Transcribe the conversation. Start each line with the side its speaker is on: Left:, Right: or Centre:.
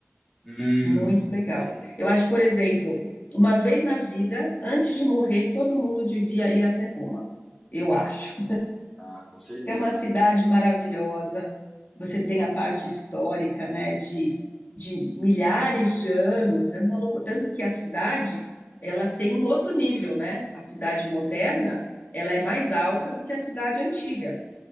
Centre: Hum,
Left: muito legal.
Centre: entendi.
Left: Eu acho, por exemplo, uma vez na vida, antes de morrer, todo mundo devia ir até Roma, eu acho.
Centre: Ah, com certeza.
Left: É uma cidade maravilhosa. Você tem a parte histórica, né, de, de milhares de anos. É uma loucura. Tanto que a cidade, ela tem um outro nível, né? A cidade moderna, ela é mais alta do que a cidade antiga,